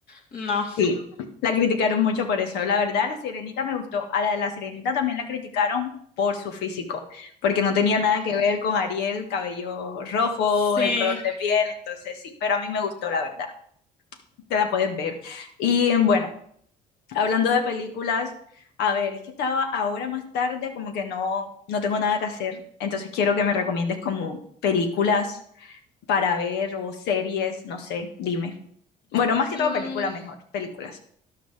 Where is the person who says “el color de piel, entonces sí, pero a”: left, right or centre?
Left